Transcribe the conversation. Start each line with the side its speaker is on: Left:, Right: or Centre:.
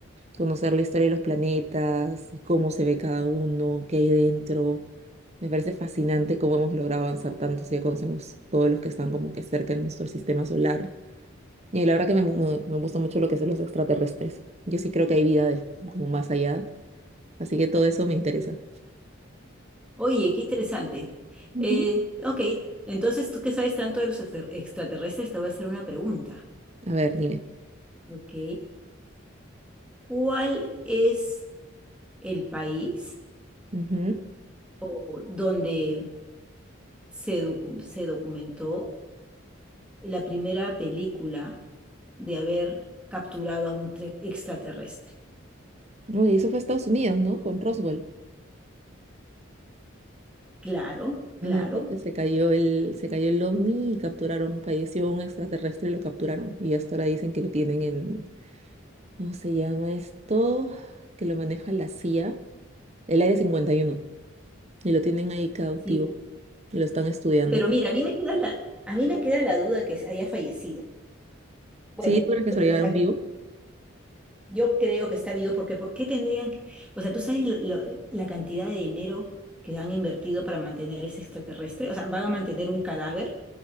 Right: conocer la historia de los planetas y cómo se ve cada uno, qué hay dentro. Me parece fascinante cómo hemos logrado avanzar tanto si ya conocemos todos los que están como que cerca de nuestro sistema solar. Y la verdad que me, me- me gusta mucho lo que son los extraterrestres. Yo sí creo que hay vida de- como más allá, así que todo eso me interesa.
Centre: Oye, qué interesante.
Right: Ujú.
Centre: Eh, ok, entonces tú que sabes tanto de los extra- extraterrestres, te voy a hacer una pregunta.
Right: A ver, dime.
Centre: Ok, ¿cuál es el país
Right: Ujú.
Centre: o- donde se, docu- se documentó la primera película de haber capturado a un tre- extraterrestre?
Right: No, y eso fue Estados Unidos, ¿no? Con Roswell.
Centre: Claro, claro,
Right: ¿No? De repente se cayó el, se cayó el OVNI y capturaron, falleció un extraterrestre y lo capturaron. Y hasta ahora dicen que lo tienen en, ¿Cómo se llama esto? Que lo maneja la CIA, el Área 51, y uno, y lo tienen ahí cautivo,
Centre: sí.
Right: y lo están estudiando.
Centre: Pero mira, a mí me queda la, a mí me queda la duda que haya fallecido. Bueno,
Right: ¿Sí? ¿Tú crees que se lo llevaron
Centre: o sea,
Right: vivo?
Centre: Yo creo que está vivo porque ¿por qué tendrían, que- o sea, tú sabes lo- la cantidad de dinero que han invertido para mantener ese extraterrestre? O sea, van a mantener un cadáver.